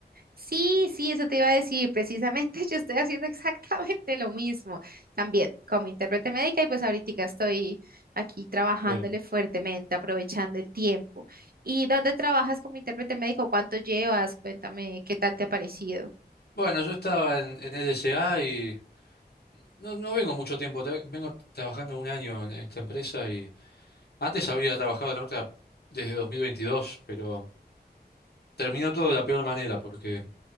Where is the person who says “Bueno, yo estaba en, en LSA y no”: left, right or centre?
Left